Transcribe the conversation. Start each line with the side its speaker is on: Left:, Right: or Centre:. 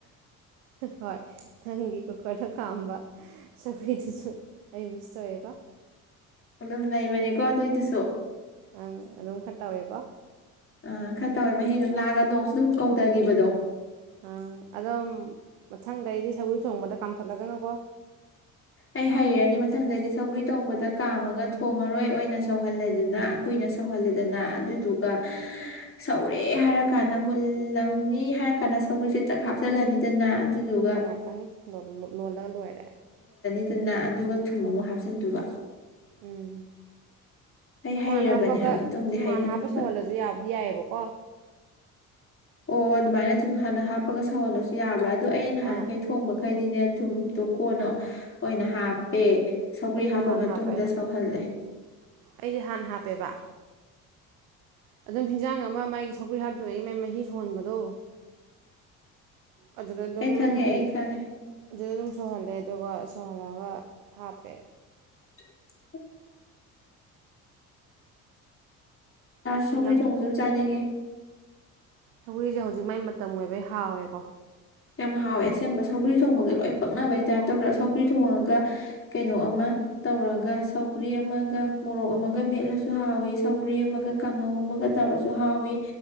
Right: ꯍꯣꯏ ꯅꯪꯒꯤ ꯀꯨꯀꯔꯗ ꯀꯥꯝꯕ ꯁꯧꯒ꯭ꯔꯤ ꯗꯨꯁꯨ ꯑꯩ ꯃꯤꯁ ꯇꯧꯋꯦꯀꯣ
Left: ꯑꯗꯨꯝ ꯅꯩꯕꯅꯦꯀꯣ ꯑꯗꯨꯏꯗꯨꯁꯨ
Right: ꯑꯪ ꯑꯗꯨꯝ ꯈꯔ ꯇꯧꯋꯦꯀꯣ
Left: ꯑꯥ ꯈꯔ ꯇꯧꯋꯦ ꯃꯍꯤ ꯑꯗꯨꯝ ꯂꯥꯛꯉꯒ ꯅꯣꯡꯁꯨ ꯑꯗꯨꯝ ꯀꯧꯗꯒꯤꯕꯗꯣ
Right: ꯑ ꯑꯗꯣꯝ ꯃꯊꯪꯗ ꯑꯩꯗꯤ ꯁꯎꯏ ꯊꯣꯡꯕꯗ ꯀꯥꯝꯊꯠꯂꯒꯅꯨꯀꯣ
Left: ꯑꯩ ꯍꯩꯔꯅꯤ ꯃꯊꯪꯗꯗꯤ ꯁꯧꯒ꯭ꯔꯤ ꯇꯣꯡꯧꯕꯗ ꯀꯥꯝꯃꯒ ꯊꯣꯡꯉꯔꯣꯏ ꯑꯣꯏꯅ ꯁꯧꯍꯜꯂꯦ ꯑꯗꯨꯅ ꯀꯨꯏꯅ ꯁꯧꯍꯜꯂꯦꯗꯅ ꯑꯗꯨꯗꯨꯒ ꯁꯧꯔꯦ ꯍꯥꯏꯔ ꯀꯥꯟꯗ ꯃꯨꯜꯂꯝꯅꯤ ꯍꯥꯏꯔ ꯀꯥꯟꯗ ꯁꯧꯒꯔꯤꯁꯦ ꯆꯛ ꯍꯥꯞꯆꯜꯂꯅꯤꯗꯅ ꯑꯗꯨꯗꯨꯒ
Right: ꯑꯗꯣ ꯉꯥꯛꯇꯪ ꯂꯣꯜꯂ ꯂꯣꯏꯔꯦ
Left: ꯑꯗꯨꯅ ꯑꯗꯨꯒ ꯊꯨꯝ ꯑꯃꯨꯛ ꯍꯥꯞꯆꯤꯟꯗꯕ
Right: ꯎꯝ ꯊꯨꯝꯃꯥꯟ
Left: ꯍꯩꯔꯕꯅꯦ
Right: ꯍꯥꯞꯄꯒ
Left: ꯍꯥꯏꯕ ꯃꯇꯨꯡꯗꯤ
Right: ꯊꯨꯝꯃꯥꯟ
Left: ꯍꯩꯔꯅꯤꯕ
Right: ꯍꯥꯞꯄ ꯁꯧꯍꯜꯂꯁꯨ ꯌꯥꯎꯗꯤ ꯌꯥꯏꯑꯕꯀꯣ
Left: ꯑꯣ ꯑꯗꯨꯃꯥꯏꯅ ꯁꯨꯝ ꯍꯥꯟꯅ ꯍꯥꯞꯄꯒ ꯁꯧꯍꯜꯂꯁꯨ ꯌꯥꯕ꯭ꯔꯥ ꯑꯗꯣ ꯑꯩꯅ ꯅꯍꯥꯟꯈꯩ
Right: ꯑꯥ
Left: ꯊꯣꯡꯕ ꯍꯥꯏꯩꯗꯤꯅꯦ ꯊꯨꯝꯗꯣ ꯀꯣꯟꯅ ꯑꯣꯏꯅ ꯍꯥꯞꯄꯦ ꯁꯧꯒ꯭ꯔꯤ
Right: ꯑꯩꯖ
Left: ꯍꯥꯞꯄ
Right: ꯍꯥꯟ
Left: ꯃꯇꯨꯡꯗ
Right: ꯍꯥꯞꯄꯦ ꯑꯗꯨꯝ
Left: ꯁꯧꯍꯜꯂꯦ
Right: ꯑꯩꯖ ꯍꯥꯟ ꯍꯥꯞꯄꯦꯕ ꯑꯗꯨꯝ ꯍꯤꯟꯖꯥꯡ ꯑꯃ ꯃꯥꯒꯤ ꯁꯒ꯭ꯔꯤ ꯍꯥꯞꯇ꯭ꯔꯤꯉꯩꯒꯤ ꯃꯒꯤ ꯃꯍꯤ ꯁꯨꯍꯣꯟꯕꯗꯣ ꯑꯗꯨꯗ ꯑꯗꯨꯝ
Left: ꯑꯩ ꯈꯪꯉꯦ
Right: ꯍꯥꯏꯗꯤ
Left: ꯑꯩ ꯈꯪꯉꯦ
Right: ꯑꯗꯨꯗ ꯑꯗꯨꯝ ꯁꯧꯍꯜꯂꯦ ꯑꯗꯨꯒ ꯁꯧꯍꯜꯂꯒ ꯍꯥꯞꯄꯦ
Left: <unintelligible> ꯔꯥꯁ
Right: ꯑꯁ
Left: ꯁꯧꯒ꯭ꯔꯤ
Right: ꯌꯥꯝ
Left: ꯊꯣꯡꯕꯁꯨ ꯑꯗꯨꯝ ꯆꯥꯅꯤꯡꯉꯤ
Right: ꯁꯒ꯭ꯔꯤꯁꯦ ꯍꯧꯖꯤꯛ ꯃꯥꯏ ꯃꯇꯝ ꯑꯣꯏꯕꯩ ꯍꯥꯎꯋꯦꯀꯣ
Left: ꯌꯥꯝ ꯍꯥꯎꯋꯦ ꯑꯁꯦꯡꯕ ꯁꯧꯒ꯭ꯔꯤ ꯊꯣꯡꯕꯒ ꯂꯣꯏ ꯄꯛꯅꯕꯩ ꯇꯥꯏꯞ ꯇꯧꯗ꯭ꯔꯥ ꯁꯧꯒ꯭ꯔꯤ ꯊꯣꯡꯉꯒ ꯀꯩꯅꯣ ꯑꯃ ꯇꯧꯔꯒ ꯁꯧꯒ꯭ꯔꯤ ꯑꯃꯒ ꯃꯣꯔꯣꯛ ꯑꯃꯒ ꯃꯦꯠꯂꯁꯨ ꯍꯥꯎꯏꯤ ꯁꯧꯒ꯭ꯔꯤ ꯑꯃꯒ ꯀꯥꯡꯍꯧ ꯑꯃꯒ ꯇꯧꯔꯁꯨ ꯍꯥꯎꯏꯤ